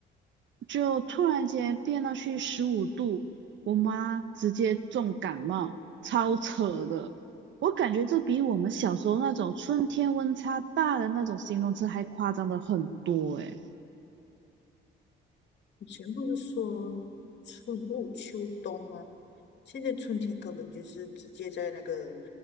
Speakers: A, on the right; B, on the left.
A: 就突然间变到去十五度，我妈直接重感冒，超扯的。我感觉这比我们小时候那种春天温差大的那种形容词还夸张的很多哎、
B: 以前不是说春捂秋冬吗？现在春天根本就是直接在那个